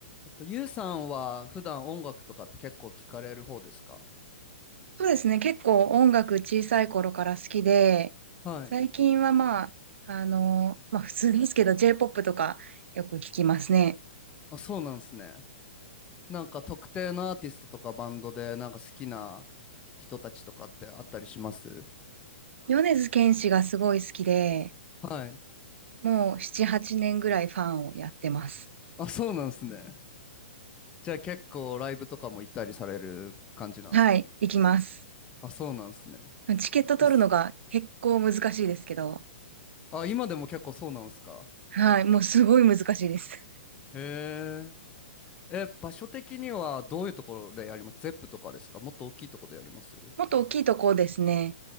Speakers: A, on the left (about 15°); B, on the right (about 75°).
A: えっと、ゆうさんは普段音楽とかって結構聞かれる方ですか
B: そうですね。結構音楽小さい頃から好きで、
A: はい。
B: 最近はまあ、あの、まあ普通ですけど J-POP とかよく聞きますね。
A: あ、そうなんですね。なんか特定のアーティストとかバンドでなんか好きな人たちとかってあったりします
B: 米津玄師がすごい好きで、
A: はい。
B: もう7、8年ぐらいファンをやってます。
A: あ、そうなんですね。じゃあ結構ライブとかも行ったりされる感じなんですかね。
B: はい、行きます。
A: あ、そうなんですね。
B: チケット取るのが結構難しいですけど、
A: えすあ、今でも結構そうなんですか。
B: はい、もうすごい難しいです。
A: へえ。え、場所的にはどういうところでやりますゼップとかですかもっと大きいところでやります
B: もっと大きいとこですね。